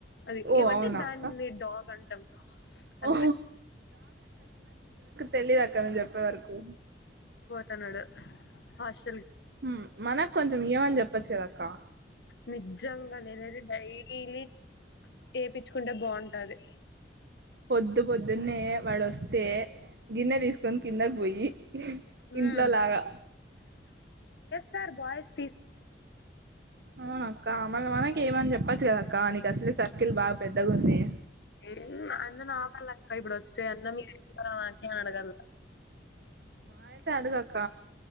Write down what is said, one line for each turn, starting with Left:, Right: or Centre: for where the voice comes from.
Left: అది
Right: ఓ
Left: ఏమంటే
Right: అవునా
Left: దాన్ని
Right: అక్క
Left: డాగ్ అంటాం అంతే
Right: ఓ తెలీదక్క నువ్వు చెప్పే వరకు
Left: కన్నడ హాష్
Right: మ్మ్ మనక్ కొంచెం మీయవన్ చెప్పచ్ కదా అక్కా
Left: నిజ్జంగా నేనైతే డై లీ ఎపిచ్చుకుంటే బాగుంటది
Right: పొద్దు పొద్దున్నే వాడు వస్ తే గిన్నె తీసుకొని కిందకి పోయి
Left: హ్మ్.
Right: ఇంట్లోలాగా
Left: సార్ బాయిస్
Right: ఆ అక్క మల్ల మనకి ఏమని చెప్పచ్చు కద్ కా నీక్ అసలే సర్కిల్ బాగా పెద్దగా ఉంది
Left: హ్మ్. అన్న నా వల్లక్క ఇప్పుడొస్తే అన్న మీరిస్తారా నాకి అని అడగల్ల.
Right: అయితే అడుగాక్క